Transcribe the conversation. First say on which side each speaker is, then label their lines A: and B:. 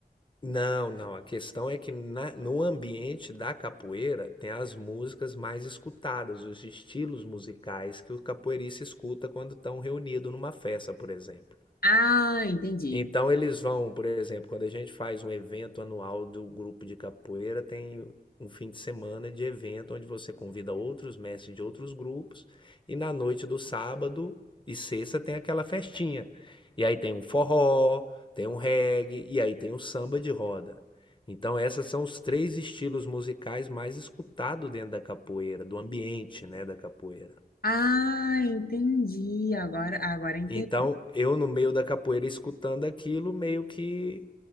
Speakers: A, on the left; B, on the left.
A: Não, não, a questão é que na no ambiente da capoeira tem as músicas mais escutadas, os estilos musicais que o capoeirista escuta quando estão reunido numa festa, por exemplo.
B: Ah, entendi.
A: Então eles vão, por exemplo, quando a gente faz um evento anual do grupo de capoeira, tem um fim de semana de evento onde você convida outros mestres de outros grupos e na noite do sábado e sexta tem aquela festinha. E aí tem um forró, tem um reggae e aí tem o samba de roda. Então essas são os três estilos musicais mais escutados dentro da capoeira, do ambiente, né, da capoeira.
B: Ah, entendi. Agora, agora entendi.
A: Então eu no meio da capoeira escutando aquilo meio que